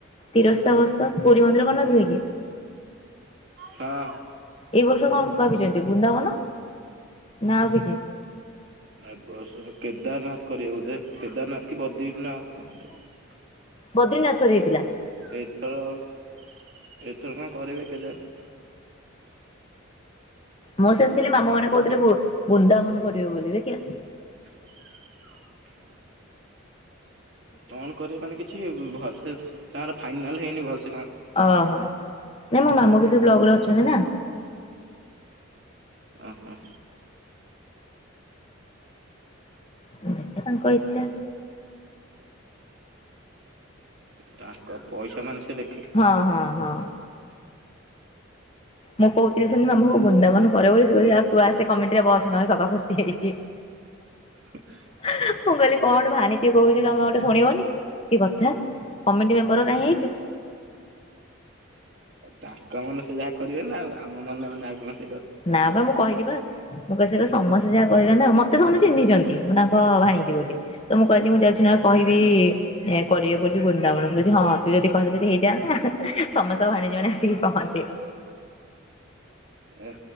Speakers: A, on the left; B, on the right.
A: ତିରସ୍ତା ଗସ୍ତ ପୁରୀ ମନ୍ଦିର କରି ନଥିଲେ କି?
B: ହଁ।
A: ଏଇ ବର୍ଷ କଣ ଭାବିଛନ୍ତି ବୃନ୍ଦାବନ ନା ଆଉ କିଛି?
B: ନା ଏ ବର୍ଷ କେଦାରନାଥ କରିବେ ବୋଧେ କେଦାରନାଥ କି ବଦ୍ରିନାଥ କଣ କରିବେ।
A: ବଦ୍ରୀନାଥ ସରିଯାଇଥିଲା।
B: ଏଥର ଏଇଥର କଣ କରିବେ କେଜାଣି?
A: ମୁଁ ସେମିତି ଥିଲି ମାମୁ ମାନେ କହୁଥିଲେ ବୁ ବୃନ୍ଦାବନ କରିବେ ବୋଲି ଦେଖିଆ।
B: ହ। କଣ କରିବେ ମାନେ କିଛି ଭ-ଭଲ ସେ ତାଙ୍କର ଫାଇନାଲ ହେଇନି ଭଲ
A: ଓହୋ ନାଇଁ ମୋ ମାମୁ ବି ସେଇ ବ୍ଲକରେ ଅଛନ୍ତି ନା।
B: ଓ ହୋ।
A: ଦେଖିଆ ତାଙ୍କ ଇଚ୍ଛା।
B: ତାଙ୍କ ପଇସା ମାନେ ସେ ଦେ
A: ହଁ ହଁ ହଁ। ମୁଁ କହୁଥିଲି ସେମିତି ମାମୁକୁ ବୃନ୍ଦାବନ କରିବ ବୋଲି ସେ କହିଲେ ଆଉ ତୁ ଆସେ କମିଟି ରେ ବସ ନହେଲେ ସଭାପତି ହେଇକି।
B: ।
A: ମୁଁ କହିଲି କଣ ଗୋଟେ ଭାଣିଜୀ କହୁଛି ତମେ ଗୋଟେ ଶୁଣିବନି କି କଥା। କମିଟି ମେମ୍ବର କାହିଁ ହେଇଛ?
B: ଆଉ ତାଙ୍କ ମନେ ସେ ଯାହା କରିବେ ନା ଆଉ ଆମ ମନେ ମନେ ଆଉ କ
A: ନା ବା ମୁଁ କହିଲି ବା। ମୁଁ ପଚାରେ ସମସ୍ତେ ଯାହା କହିବେ ନା ମତେ ସମସ୍ତେ ଚିହ୍ନିଛନ୍ତି ମୁଁ ତାଙ୍କ ଭାଣିଜି ବୋଲି ତ ମୁଁ କହିଲି ମୁଁ ଯାଉଛି ନା କହିବି
B: ଓହୋ
A: ଏ କରିବେ ମୁଁ କହିଲି ବୃନ୍ଦାବନ ସେ କହୁଚି ହଁ ତୁ ଯଦି କହିଲେ ଯଦି ହେଇଯାଆନ୍ତା ଆ ହାଁ ସମସ୍ତଙ୍କ ଭାଣେଜୀ ମାନେ ଆସିକି କହନ୍ତେ।
B: ଏ।